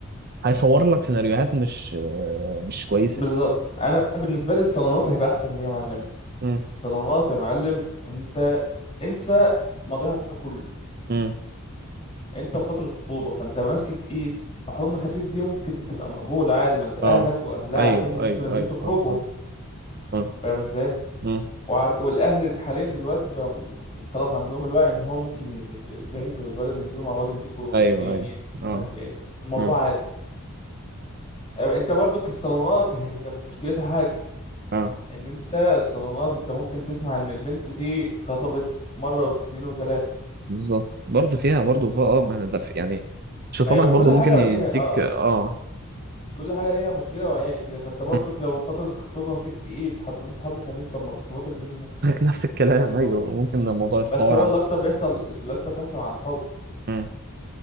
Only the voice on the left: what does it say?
بالظبط انا بالنسبة لي الصالونات هيبقى احسن ليه يا معلم
الصالونات يا معلم انت انسى ماضيها كله
انت في فترة خطوبة فانت ماسكة ايد حضن خفيف دي ممكن تبقى مقبولة عادي ما انت اهلك
واهلها
عارفين ان
انتوا نازلين
تخرجوا
فاهم ازاي
وعارف والاهل حاليا دلوقتي بقى م- خلاص عندهم الوعي ان هو ممكن ي- البنت والولد ينزلوا مع بعض يمسكوا
ايد
مش
عارف ايه الموضوع
عادي أما انت برضو الصالونات هي مشكلتها حاجة
ان انت الصالونات انت ممكن تسمع ان البنت دي خطبت مرة واتنين وتلاتة
ايوه
كل
حاجه وليها
اه
كل حاجه ليها مشكله وعيب كده فانت برضك
لو فتره الخطوبه مسكت ايد حضنت حضن خفيف طب ما الخطوبات اللي فاتت ممكن
تبقى كده برضه
بس هو
اللي اكتر بيحصل اللي اكتر بيحصل عن الحب